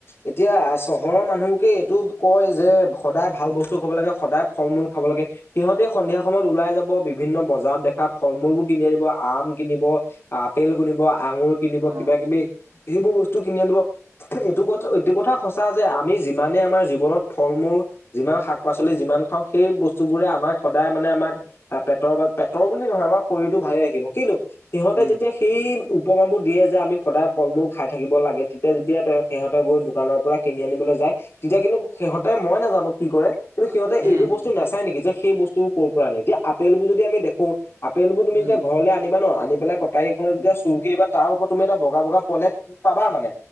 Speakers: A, on the left; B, on the right.
A: এতিয়া চহৰৰ মানুহ কি এইটো কয় যে সদায় ভাল বস্তু খাব লাগে সদায় ফল মূল খাব লাগে। সিহঁতে সন্ধিয়া সময়ত ওলাই যাব বিভিন্ন বজাৰত দেখা ফল মূলবোৰ কিনি আনিব আম কিনিব। আপেল কিনিব আঙুৰ কিনিব
B: অ
A: কিবা কিবি সেইবোৰ বস্তু কিনি আনিব। থু এইটো কথা এইটো কথা সঁচা যে আমি যিমানে আমাৰ জীৱনত ফল মূল যিমান শাক পাচলি যিমান খাওঁ সেই বস্তুবোৰে আমাক সদায় মানে আমাক আ পেটৰ বা পেটৰ বুলি নহয় আমাৰ শৰীৰটো ভালে ৰাখিব কিন্তু সিহঁতে
B: উম
A: যেতিয়া সেই উপামাবোৰ দিয়ে যে আমি সদায় ফল মূল খাই থাকিব লাগে তেতিয়া যেতিয়া তেওঁ সিহঁতে গৈ দোকানৰ পৰা কিনি আনিবলৈ যায় তেতিয়া কিন্তু সিহঁতে মই নাজানো কি কৰে। কিন্তু সিহঁতে
B: উম
A: এইটো বস্তু নাচাই নেকি যে সেই বস্তুব কৰ পৰা আনে যে আপেলবোৰ যদি আমি দেখো আপেল বোৰ তুমি
B: উম
A: যেতিয়া ঘৰলে আনিবা ন' আনি পেলাই কটাৰীখনত যেতিয়া চুৰ্কি দিবা তাৰ ওপৰত তুমি এটা বগা বগা পলেপ পাবা মানে